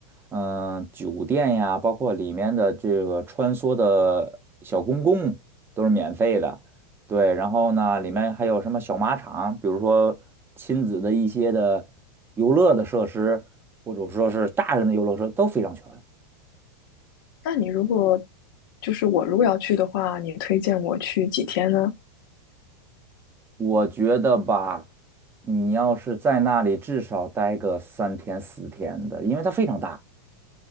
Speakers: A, on the right; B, on the left.
A: 嗯、酒店呀，包括里面的这个穿梭的小公共都是免费的。对，然后呢，里面还有什么小马场，比如说亲子的一些的游乐的设施，或者说是大人的游乐设施都非常全。
B: 那你如果就是我如果要去的话，你推荐我去几天呢？
A: 我觉得吧，你要是在那里至少待个三天四天的，因为它非常大。